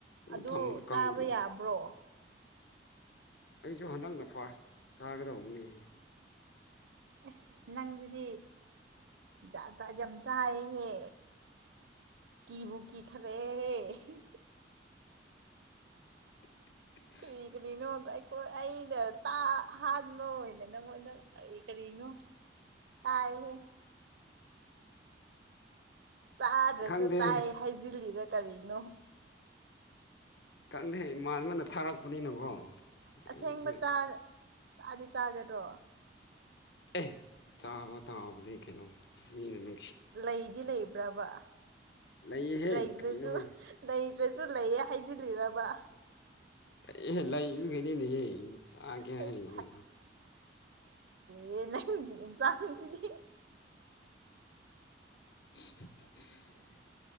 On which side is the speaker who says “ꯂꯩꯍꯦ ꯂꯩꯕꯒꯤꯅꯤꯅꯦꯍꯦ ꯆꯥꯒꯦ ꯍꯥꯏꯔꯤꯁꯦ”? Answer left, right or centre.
Left